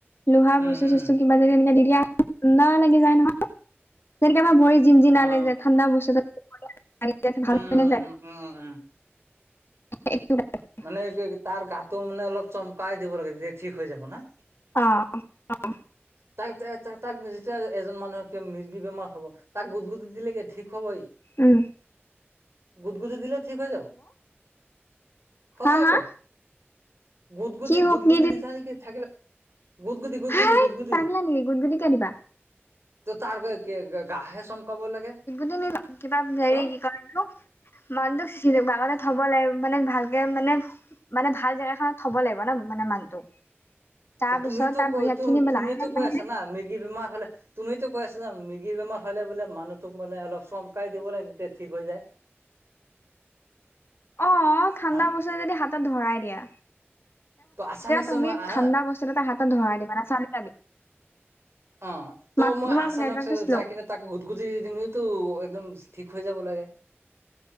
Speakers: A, on the left; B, on the right.
A: লোহাৰ
B: উম
A: বস্তু
B: উম
A: চস্তু কিবা যদি এনেকা দি দিয়া ঠাণ্ডা লাগি যায় নহয়। যেনেকে আমাৰ ভৰি জিন জিনালে
B: অ
A: যে ঠাণ্ডা বস্তু ভাল হৈ
B: উম
A: নাযায়।
B: উম উম, উ।
A: <unintelligible>
B: মানে কি তাৰ গাটো মানে অলপ চমকাই দিব লাগে তেতিয়া ঠিক হৈ যাব না?
A: অ', অ'।
B: তাক তাক যেতিয়া এজন মানুহে কিয় মিৰ্গী বেমাৰ হ'ব? তাক গুদগুদ দিলে কি ঠিক হ'ব ই?
A: উম।
B: গুদ গুদ দিলেও ঠিক হৈ যাব? সচাকে?
A: হা হা
B: গুদগুদি
A: কি হওক
B: গুদ গুদি
A: কি
B: দি কি থাকিলে গুদগুতি গুদগুতি
A: হাই
B: গুদগুতি।
A: পাগলা নেকি গুটগুটি কিয় দিবা
B: ত' তাৰ গাহে চমকাব লাগে।
A: গুদগতি কিবা হেৰি
B: ত
A: কি কয় এইটো মানুহটোক বাগতে থ'ব লাগে মানে ভালকে মানে মানে ভাল জেগাখনত থ'ব লাগিব ন' মানে মানুহটোক। তাৰ পিছত
B: তুমিতো
A: তাৰ
B: কৈ
A: ভৰি হাত খিনি
B: তুমিতো
A: লাহে লাহে
B: কৈ আছা না মিৰ্গী বেমাৰ হ'লে তুমিতো কৈ আছা যে মিৰ্গী বেমাৰ হ'লে বোলে মানুহটোক মানে অলপ চমকাই দিব লাগে তেতিয়া ঠিক হৈ যায়।
A: অ' ঠাণ্ডা
B: হা
A: বস্তু যদি হাতত ধৰাই দিয়া
B: ত আচানক চ
A: তুমি
B: মই আহা
A: ঠাণ্ডা বস্তু আচলতে হাতত ধৰাই দিবাে চালি যাবি
B: অ' ত'
A: মাত
B: মই
A: তোমাৰ
B: আচানক
A: নেটৱৰ্কটো শ্ল'
B: যাই কিনে তাক গুটগতি দিম একদম ঠিক হৈ যাব লাগে।